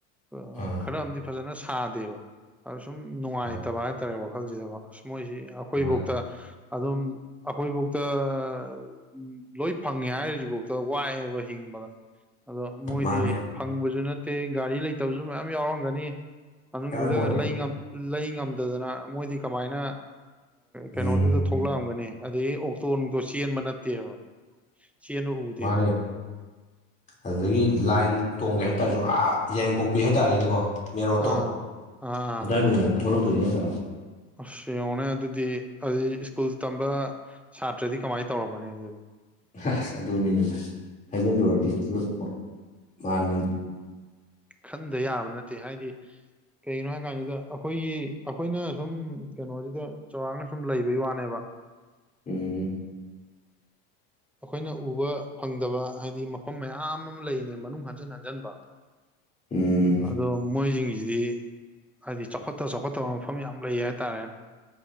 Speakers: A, in the centre; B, on the left.
A: ꯑ
B: ꯑꯥ
A: ꯈꯔ ꯑꯃꯗꯤ ꯐꯖꯅ ꯁꯥꯗꯦꯕ ꯑꯗ ꯁꯨꯝ ꯅꯨꯡꯉꯥꯏꯇꯕ
B: ꯍꯣꯏ
A: ꯍꯥꯏ ꯍꯥꯏ ꯇꯔꯦ ꯋꯥꯈꯜꯖꯤꯗꯀꯣ ꯃꯣꯏꯖꯤ ꯑꯩꯈꯣꯏꯕꯧꯇ
B: ꯃꯥꯅꯦ
A: ꯑꯗꯨꯝ ꯑꯩꯈꯣꯏꯐꯧꯇ ꯑ ꯎꯝ ꯂꯣꯏ ꯐꯪꯉꯦ ꯍꯥꯏꯔꯤꯁꯤꯐꯥꯎꯗ ꯋꯥꯏꯑꯦꯕ ꯍꯤꯡꯕꯗ ꯑꯗꯣ ꯃꯣꯏꯗꯤ
B: ꯃꯥꯅꯦ
A: ꯐꯪꯕꯖꯨ ꯅꯠꯇꯦ ꯒꯥꯔꯤ ꯂꯩꯇꯕꯖꯨ ꯃꯌꯥꯝ ꯌꯥꯎꯔꯝꯒꯅꯤ ꯃꯅꯨꯡꯗꯨꯗ
B: ꯌꯥꯎꯔꯤ ꯄꯣꯠꯅꯤ
A: ꯂꯩ ꯉꯝ ꯂꯩ ꯉꯝꯗꯗꯅ ꯃꯣꯏꯗꯤ ꯀꯃꯥꯏꯅ
B: ꯎꯝ
A: ꯀꯩꯅꯣꯗꯨꯗ ꯊꯣꯛꯂꯛꯑꯝꯒꯅꯤ ꯑꯗꯒꯤ ꯑꯣꯛ ꯇꯣ ꯅꯨꯡꯇꯣ ꯆꯦꯟꯕ ꯅꯠꯇꯦꯕ ꯆꯦꯟꯕ ꯎ
B: ꯃꯥꯟꯅꯦ ꯑꯗꯨꯗꯒꯤ ꯂꯥꯏꯟ ꯇꯣꯡꯒꯦ ꯍꯥꯏꯇꯥꯔꯁꯨ ꯑꯥ ꯌꯥꯏꯉꯡꯄꯣꯛꯄꯤ ꯍꯥꯏꯇꯥꯔꯦꯅꯦꯀꯣ ꯃꯦꯔꯣꯠꯇꯣ
A: ꯑꯥ ꯑꯥ ꯑꯥ
B: ꯑꯗꯥꯏꯕꯧꯅꯦꯕ ꯊꯣꯛꯂꯛꯇꯣꯏꯖꯦ ꯅꯠꯇ꯭ꯔꯥ
A: ꯑꯁ ꯌꯦꯡꯉꯣꯅꯦ ꯑꯗꯨꯗꯤ ꯑꯗꯨꯏ ꯁ꯭ꯀꯨꯜ ꯇꯝꯕ ꯁꯥꯇ꯭ꯔꯗꯤ ꯀꯃꯥꯏ ꯇꯧꯔꯝꯕꯅꯦ ꯑꯗꯨꯗꯤ
B: ꯍꯁ ꯑꯗꯨꯅꯤ ꯈꯟꯖꯤꯜꯂꯨꯔꯗꯤ ꯑꯗꯨ ꯃꯥꯟꯅꯤ
A: ꯈꯟꯗ ꯌꯥꯕ ꯅꯠꯇꯦ ꯍꯥꯏꯗꯤ ꯀꯩꯒꯤꯅꯣ ꯍꯥꯏ ꯀꯥꯟꯗꯨꯗ ꯑꯩꯈꯣꯏꯒꯤ ꯑꯈꯣꯏꯅ ꯁꯨꯝ ꯀꯩꯅꯣꯖꯤꯗ ꯆꯥꯎꯔꯥꯛꯅ ꯁꯨꯝ ꯂꯩꯕꯩ ꯋꯥꯅꯦꯕ
B: ꯎꯝ
A: ꯑꯩꯈꯣꯏꯅ ꯎꯕ ꯐꯪꯗꯕ ꯍꯥꯏꯗꯤ ꯃꯐꯝ ꯃꯌꯥꯝ ꯑꯃ ꯂꯩꯅꯦ ꯃꯅꯨꯡ ꯍꯟꯖꯟ ꯍꯟꯖꯟꯕ
B: ꯎꯝ
A: ꯑꯗꯣ ꯃꯣꯏꯁꯤꯡꯁꯤꯗꯤ ꯍꯥꯏꯗꯤ ꯆꯥꯎꯈꯠꯇ ꯆꯥꯎꯈꯠꯇꯕ ꯃꯐꯝ ꯌꯥꯝ ꯂꯩ ꯍꯥꯏꯇꯥꯔꯦ